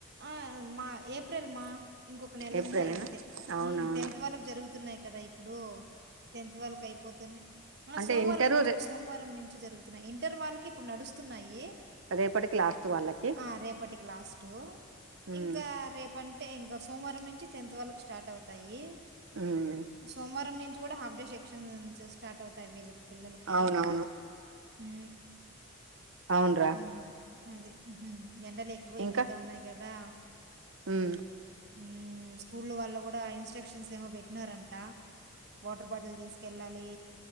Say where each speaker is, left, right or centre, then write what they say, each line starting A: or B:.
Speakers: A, on the right; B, on the right.
A: ఆ మా ఏప్రిల్ మా ఇంకొక నెల
B: ఏప్రిల్నా
A: ఉన్నాయి అంతే
B: అవునవును
A: హు టెన్త్ వాళ్లకు జరుగుతున్నాయి. కదా ఇప్పుడూ టెన్త్ వాళ్లకు అయిపోతేనే ఆ
B: అంటే
A: సోమవారం
B: ఇంటరు
A: నుంచి
B: రే
A: సోమవారం నుంచి జరుగుత ఇంటర్ వాళ్లకి ఇప్పుడు నడుస్తున్నాయి
B: రేపటి కి లాస్ట్ వాళ్ళకి
A: ఆ రేపటికి లాస్ట్
B: ఉమ్
A: ఇంకా రేపంత అంటే ఇంక సోమవారం నుంచి టెన్త్ వాళ్ళకు స్టార్ట్ అవుతాయి.
B: ఉమ్
A: సోమవారం నుంచి కూడా హాఫ్ డే షిప్ట్ <unintelligible> నుంచి స్టార్ట్ అవుతాయి వీళ్ళకి పిల్లలకీ
B: అవునవును
A: హు
B: అవునరా
A: హు అదే అది ఉహు ఎండలు ఎక్కువైపోతా
B: ఇంకా
A: ఉన్నాయి అదా
B: ఉమ్
A: ఊ స్కూ లో వాళ్ళు కూడా ఇన్స్ట్రక్షన్స్ ఏమో పెట్ నారంట వాటర్ బాటిల్ తీసుకెళ్ళాలి